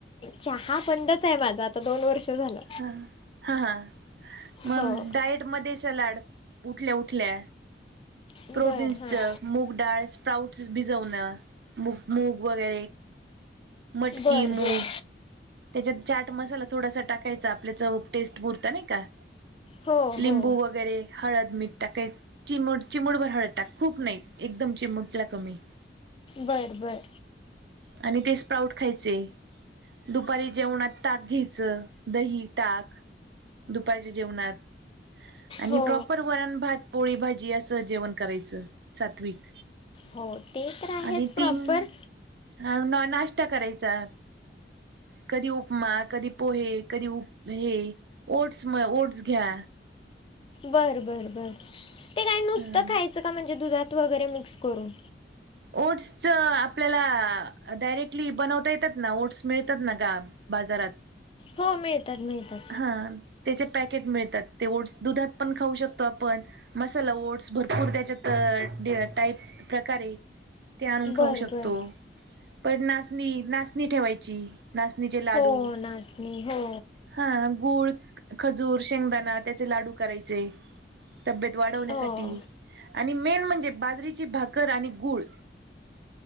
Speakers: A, on the left (about 30°); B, on the right (about 70°).
A: चहा बंदच आहे माझं आता दोन वर्ष झालं
B: ह हा हा मग
A: हो.
B: डायट मध्ये सलाड उठल्या उठल्या
A: बर
B: प्रोटीन्स
A: हां
B: च मूग डाळ स्प्राऊटस भिजवन मूग मूग वगैरे मटकी
A: बर
B: मूग
A: बर
B: त्याच्यात चाट मसाला थोडासा टाकायचा आपल्या टेस्ट पुरत नाही का-'
A: हो हो
B: लिंबू वगैरे हळद मीठ टाकायचं चिम चिमुटभर हळद टाक खूप नाही एकदम चिमुटला कमी
A: बरं बरं
B: आणि ते स्प्राऊट खायचे. दुपारी जेवणात ताक घ्यायचं दही ताक दुपारच्या जेवणात आणि
A: हो
B: प्रॉपर वरण भात पोळी भाजी असं जेवण करायचं सात्विक
A: हो ते तर आहेच
B: आणि
A: प्रॉपर
B: तीन अ नाश्ता करायचा कधी उपमा कधी पोहे कधी उप हे ओटस म ओटस घ्या
A: बरं बरं बरं ते काय नुसतं
B: हम्म.
A: खायचं का म्हणजे दुधात वगैरे मिक्स करून
B: ओटसच आपल्याला डायरेक्टली बनवता येतात ना ओटस मिळतात ना ग बाजारात.
A: हो मिळतात मिळतात.
B: हा त्याचे पॅकेट मिळतात ते ओटस दुधात पण खाऊ शकतो आपण मसाला ओट्स भरपूर त्याच्यात अ टाईप प्रकारे ते आणून
A: बर
B: खाऊ शकतो
A: बर
B: पण नाचणी नाचणी ठेवायची नाचणीचे लाडू
A: हो नाचणी हो.
B: हा गूळ खजूर शेंगदाणा त्याचे लाडू करायचे. तब्येत वाढवण्यासाठी
A: हो
B: आणि मेन म्हणजे बाजरीची भाकर आणि गूळ